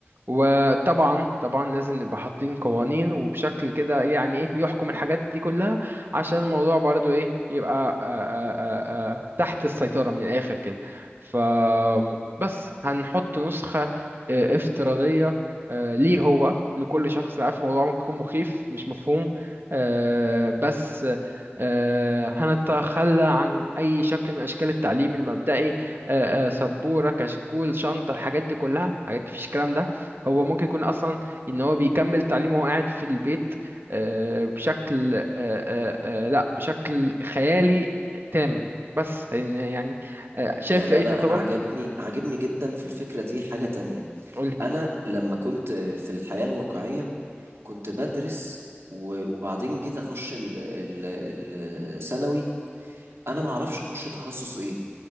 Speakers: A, on the right; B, on the right.
A: وطبعا طبعا لازم نبقى حاطين قوانين وبشكل كده يعني ايه يحكم الحاجات دي كلها عشان الموضوع برضو ايه يبقى آآ آآ آآ تحت السيطرة من الآخر كده ف بس هنحط نسخة آه، افتراضية آه، ليه هو لكل شخص عارف الموضوع ممكن يكون مخيف مش مفهوم آه، بس آه، هنتخلى عن أي شكل من أشكال التعليم المبدئي آه، آه، سبورة كشكول شنطة الحاجات دي كلها الحاجات دي مفيش الكلام ده هو ممكن يكون اصلا ان هو بيكمل تعليمه وهو قاعد في البيت آه، بشكل آه، آه، آه، لا بشكل خيالي تام بس يعني آه، شايف
B: يعني
A: في اي
B: انا
A: تطورات
B: انا عجبني عجبني جدا في الفكرة دي حاجة تانية
A: قولي
B: انا لما كنت في الحياة الواقعية كنت بدرس و- وبعدين جيت اخش ال- ال- الثانوي انا ما اعرفش اخش تخصص ايه